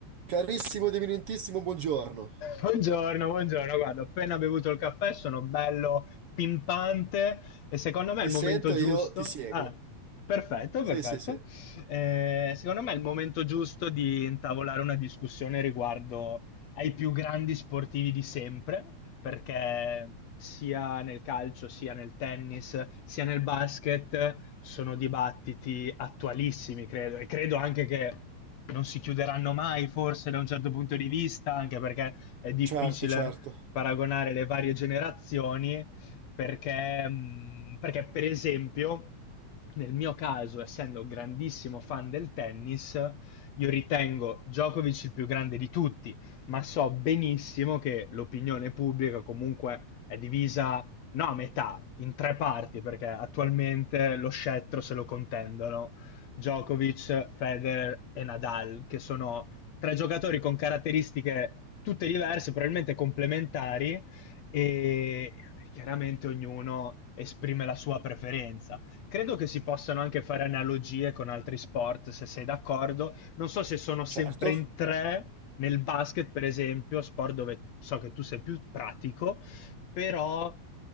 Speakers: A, on the right; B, on the left.
A: Carissimo ed eminentissimo, buongiorno.
B: Buongiorno, buongiorno. Guarda, ho appena bevuto il caffè, sono bello pimpante e secondo me
A: Ti
B: è il momento
A: sento
B: giusto.
A: e io ti seguo.
B: Ah, perfetto,
A: Sì,
B: perfetto.
A: sì, sì.
B: Eh, secondo me è il momento giusto di intavolare una discussione riguardo ai più grandi sportivi di sempre, perché sia nel calcio, sia nel tennis, sia nel basket sono dibattiti attualissimi, credo, e credo anche che non si chiuderanno mai, forse da un certo punto di vista, anche perché è difficile
A: Certo, certo.
B: paragonare le varie generazioni, perché, mh, perché per esempio, nel mio caso, essendo grandissimo fan del tennis, io ritengo Djokovic il più grande di tutti, ma so benissimo che l'opinione pubblica comunque è divisa, no a metà, in tre parti, perché attualmente lo scettro se lo contendono Djokovic, Federer e Nadal, che sono tre giocatori con caratteristiche tutte diverse, probabilmente complementari, e chiaramente ognuno esprime la sua preferenza. Credo che si possano anche fare analogie con altri sport, se sei d'accordo. Non so se sono sempre
A: Certo.
B: in tre nel basket, per esempio, sport dove so che tu sei più pratico, però